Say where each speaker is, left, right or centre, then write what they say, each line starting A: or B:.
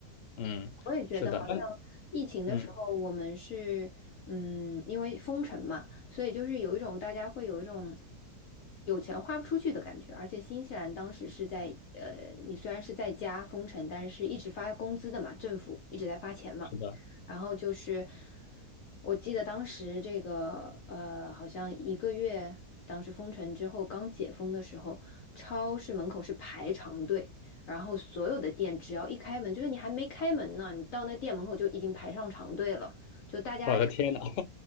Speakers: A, on the left; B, on the left.
A: 嗯，
B: 我也觉得好像疫情的时候，
A: 是的，那嗯，
B: 我们是嗯，因为封城嘛，所以就是有一种大家会有一种有钱花不出去的感觉。而且新西兰当时是在呃，你虽然是在家封城，但是一直发工资的嘛，政府一直在发钱嘛。
A: 是的，
B: 然后就是我记得当时这个呃，好像一个月，当时封城之后刚解封的时候，超市门口是排长队。然后所有的店只要一开门，就是你还没开门呢，你到那店门口就已经排上长队了，就大家
A: 我的天呐，